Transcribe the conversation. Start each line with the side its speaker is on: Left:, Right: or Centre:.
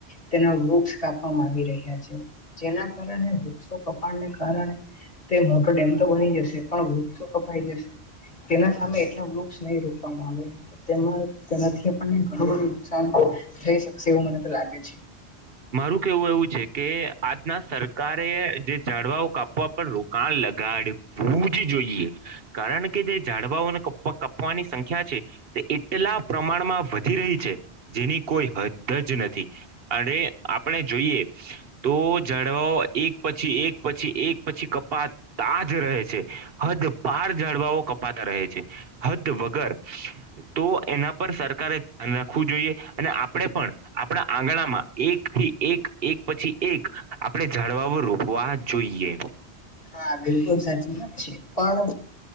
Left: તેના વૃક્ષ કાપવામાં આવી રહ્યા છે. જેના કારણે વૃક્ષો કપાળને કારણે તે મોટો ડેમ તો બની જશે પણ વ વૃક્ષો કપાઈ જશે. તેના સામે એટલા વૃક્ષ નહી રોપવામાં આવે તો તેમાં તેનાથી આપણ ને ઘણું નુકસાન થઈ શકશે એવું મને તો લાગે છે.
Right: મારું કેહવું એવું છે. કે આજના સરકારે જે ઝાડવાઓ કાપવા પર રોકાણ લગાડ વું જ જોઈએ કારણ કે જે ઝાડવાઓ ના કાપવાની સંખ્યા છે તે એટલા પ્રમાણમાં વધી રહી છે, જેની કોઈ હદ જ નથી. અરે આપણે જોઈએ તો ઝાડવાઓ એક પછી, એક પછી એક પછી કપાત તા જ રહે છે. હદ પાર ઝાડવાઓ કપાતા રહે છે. હદ વગર તો એના પર સરકારે ધ્યાન રાખવું જોઈએ અને આપણે પણ આપણા આંગણામાં એક થી એક, એક પછી એક આપણે ઝાડવાઓ રોપવા જોઈએ.
Left: હા બિલકુલ સાચી વાત છે પણ